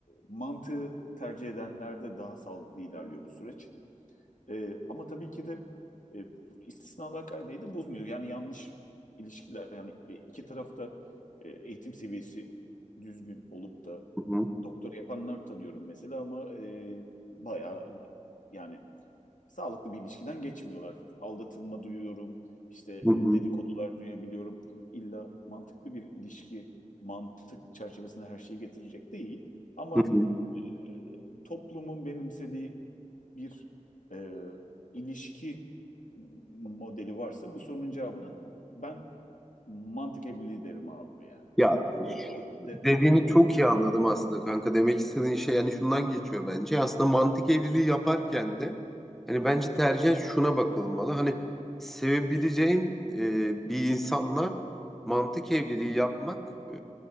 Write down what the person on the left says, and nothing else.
mantığı tercih edenlerde daha sağlıklı ilerliyor bu süreç. E, ama tabii ki de e, istisnalar kaideyi de bozmuyor. Yani yanlış ilişkiler yani e, iki tarafta e, eğitim seviyesi düzgün olup da
doktora yapanlar tanıyorum mesela ama e, bayağı yani sağlıklı bir ilişkiden geçmiyorlar. Aldatılma duyuyorum, işte
e, dedikodular duyabiliyorum. İlla mantıklı bir ilişki mantık çerçevesinde her şeyi getirecek değil. Ama
e, toplumun benimsediği bir e, ilişki modeli varsa bu sorunun cevabını ben mantık evliliği derim abi yani.
O, o yönde
e, oyumu
kullanırım.